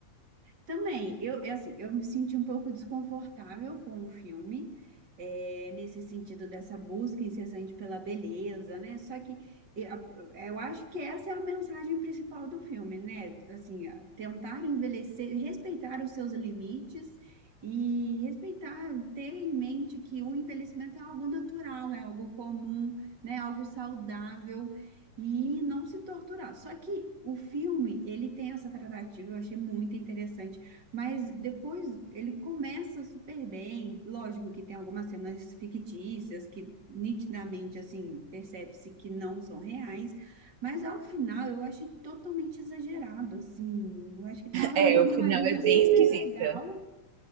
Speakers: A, on the right; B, on the right.
A: Também, eu, é assim, eu me senti um pouco desconfortável com o filme, é, nesse sentido dessa busca incessante pela beleza, né? Só que eu, eu acho que essa é a mensagem principal do filme, né? Assim, a- tentar envelhecer, respeitar os seus limites e respeitar, ter em mente que o envelhecimento é algo natural, é algo comum, né? Algo saudável. E não se torturar. Só que o filme, ele tem essa tratativa, eu achei muito interessante mas depois ele começa super bem. Lógico que tem algumas cenas fictícias que nitidamente assim percebe-se que não são reais, mas ao final eu achei totalmente exagerado assim. Eu acho que estava
B: É,
A: indo
B: eu
A: numa
B: fui, não,
A: linha
B: é bem
A: super
B: esquisita.
A: legal,